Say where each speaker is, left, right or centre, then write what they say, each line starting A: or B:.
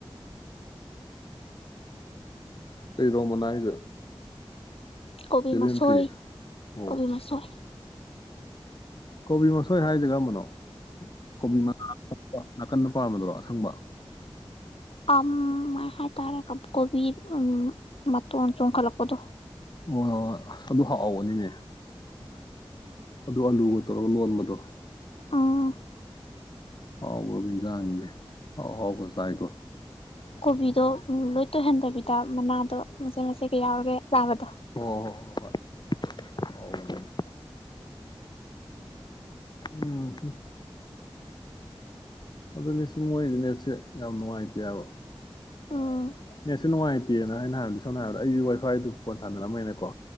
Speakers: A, on the left (about 50°); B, on the left (about 75°).
A: ꯎ ꯀꯩꯔꯣꯝꯕꯅ ꯍꯥꯏꯁꯦ
B: ꯀꯣꯕꯤ
A: ꯕꯦꯂꯦꯟꯗ꯭ꯔꯤ
B: ꯃꯁꯣꯏ
A: ꯑꯣ
B: ꯀꯣꯕꯤ ꯃꯁꯣꯏ
A: ꯀꯣꯕꯤ ꯃꯁꯣꯏ ꯍꯥꯏ ꯖꯒꯥ ꯃꯅꯣ ꯀꯣꯕꯤ ꯃ ꯅꯥ ꯀꯟꯟꯅ ꯄꯥꯝꯗꯨ꯭ꯔꯣ ꯑ ꯊꯪꯕ
B: ꯑ ꯃ ꯍꯥꯏ ꯇꯔ ꯀꯣꯕꯤꯔ ꯎ ꯃꯇꯣꯟ ꯆꯨꯡꯈꯂ ꯀꯠꯇꯣꯛ
A: ꯍꯣꯏ ꯍꯣꯏꯣꯏ ꯑꯗꯨ ꯍꯥꯎꯍꯒꯅꯤꯅꯦ ꯑꯗꯨ ꯑꯂꯨꯒ ꯇꯧꯔꯒ ꯂꯣꯟꯕꯗꯣ
B: ꯑꯥ
A: ꯍꯥꯎ ꯔꯣꯕꯤꯟꯖꯅꯤ ꯂꯩ ꯍꯥꯎ ꯍꯥꯎ ꯍꯁꯥꯏꯀꯣ
B: ꯀꯣꯕꯤꯤꯗꯂꯣꯏꯍꯟ ꯇꯕꯤ ꯗ ꯃꯅꯥꯗꯣ ꯃꯆꯦ ꯃꯆꯦ ꯀꯩ ꯌꯥꯎꯔꯒꯦ ꯆꯥꯕꯗꯣ
A: ꯍꯣ ꯍꯣ ꯍꯣ ꯍꯣꯏ ꯀꯥꯎꯕꯅꯦ ꯎꯝ ꯑꯗꯨꯅꯦꯁꯤꯡ ꯃꯣꯏꯗꯤꯅꯦꯠꯁꯦ ꯌꯥꯝ ꯅꯨꯡꯉꯥꯏꯇꯦꯕ
B: ꯎꯝ
A: ꯅꯦꯠꯁꯨ ꯅꯨꯡꯉꯥꯏꯇꯦꯅ ꯑꯩꯅ ꯍꯥꯏꯕꯗ ꯁꯝꯅ ꯍꯥꯏꯔꯕꯗ ꯑꯩꯗꯤ ꯋꯥꯏꯐꯥꯏꯗꯨ ꯐꯣꯟ ꯁꯥꯟꯅꯔꯝꯃꯦꯅꯀꯣ